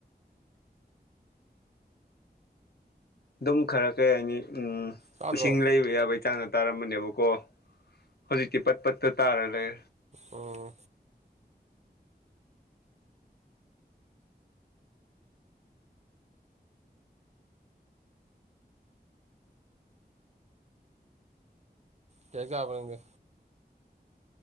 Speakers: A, on the left; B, on the right.
A: ꯑꯗꯨꯝ ꯈꯔ ꯀꯩ ꯍꯥꯏꯅꯤ ꯎꯝ
B: ꯇꯥꯗ꯭ꯔꯣ
A: ꯏꯁꯤꯡ ꯂꯩꯕ ꯌꯥꯕꯩ ꯆꯥꯡꯗ ꯇꯥꯔꯝꯕꯅꯦꯕꯀꯣ ꯍꯧꯖꯤꯛꯇꯤ ꯄꯠ ꯄꯠꯇ ꯇꯥꯔ ꯂꯩ
B: ꯑꯣ ꯀꯩ ꯆꯥꯔꯕ ꯅꯪꯗꯤ